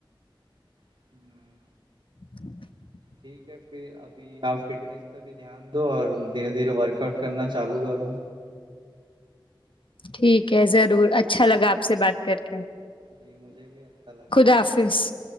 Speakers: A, on the right; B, on the left.
A: ہوں،
B: <inaudible>
A: ٹھیک ہے پھر ابھی آپ فٹنیس پہ بھی دھیان دو اور دھیرے دھیرے ورک آؤٹ کرنا چالو کرو
B: ٹھیک ہے ضرور اچھا لگا آپ سے بات کر کے
A: جی مجھے بھی اچھا لگا
B: خدا حافظ